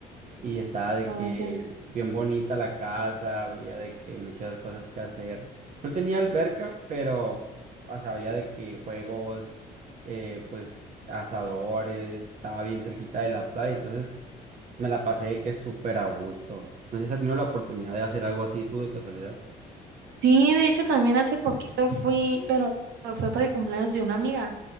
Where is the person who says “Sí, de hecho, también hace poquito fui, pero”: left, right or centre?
Right